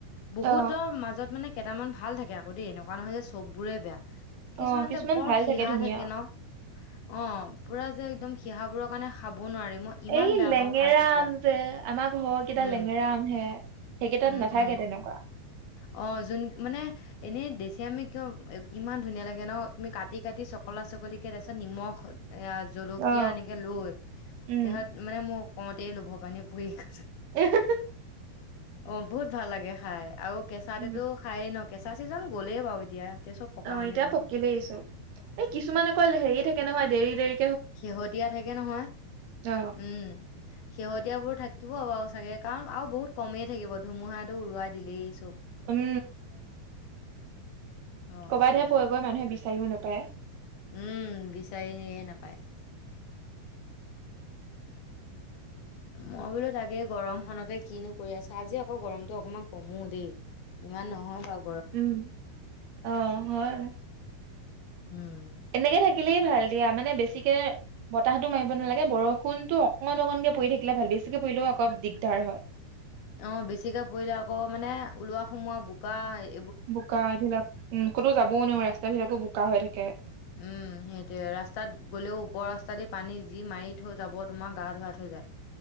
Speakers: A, on the left; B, on the right.
A: বহুতৰ
B: অ
A: মাজত মানে কেইটামান ভাল থাকে আকৌ দেই, এনেকুৱা নহয় যে চববোৰে বেয়া। কিছুমান
B: অ
A: যে বৰ
B: ভাল
A: শিহা
B: ধুনীয়া
A: থাকে ন, অ' পুৰা যে একদম শিহাবোৰৰ কাৰণে খাব নোৱাৰি। মই ইমান
B: এই
A: বেয়া
B: লেঙেৰা
A: পাওঁ খাই তেতিয়া
B: আম যে, আমাৰ ঘৰৰ কেইটা
A: উম
B: লেঙেৰা আম হে। সেইকেইটাত
A: উম
B: নাথাকে
A: উম
B: তেনেকুৱা।
A: অ' যোন মানে এনেই দেচি আমি কিয় ইমান ধুনীয়া লাগে ন তুমি কাটি-কাটি চকলা-চকলিকে তাৰপিছত নিমখ এয়া জলকীয়া
B: অ
A: এনেকে লৈ
B: উম
A: তাৰপিছত মানে মোক। কওঁতেই লুভৰ পানী পৰি গ'ল।
B: <unintelligible>
A: অ' বহুত ভাল লাগে খাই। আৰু কেঁচাতেতো
B: উম
A: খায়েই ন। কেঁচা চিজন গ'লেই বাৰু এতিয়া এতিয়া চব পকা
B: অ'
A: আমি
B: এতিয়া
A: পাম
B: পকিলেই চোন এই কিছুমান অকল হেৰি থাকে নহয়। দেৰি দেৰি
A: শেহতীয়া থাকে নহয়
B: অ
A: উম শেহতীয়া বোৰ থাকিব বাৰু চাগে, কাৰণ আৰু বহুত কমেই থাকিব ধুমুহাত। টো উৰুৱাই দিলেই চব।
B: উম
A: হয়
B: ক'বাতহে
A: দিয়া
B: <unintelligible> গৈ মানুহে। <inaudible> ব নাপায়।
A: উম বিচাৰিয়ে নাপায়। মই বোলো তাকে, গৰম খনতে কিনো কৰি আছা? আজি আকৌ গৰমটো অকমান কমো দেই, ইমান নহয় বাও।
B: উম অ হয়।
A: উম
B: এনেকে থাকিলেই ভাল। দিয়া মানে বেছিকে বতাহতো মাৰিব নালাগে, বৰষুণতটো অকন অকনকে পৰি থাকিলে ভাল, বেছিকে পৰিলেও অকপ দিগদাৰ হয়।
A: অ বেছিকে পৰিলে আকৌ মানে ওলোৱা সোমোৱা বোকাই
B: বুকা এইবিলাক। উম ক'তো যাবও নোৱাৰো ৰাস্তা বিলাকো বোকা হৈ থাকে।
A: উম সেইটোৱে ৰাস্তাত গ'লেও, ওপৰ ৰাস্তা দি পানী যি মাৰি থৈ যাব, তোমাৰ গা ধোৱা থৈ যায়।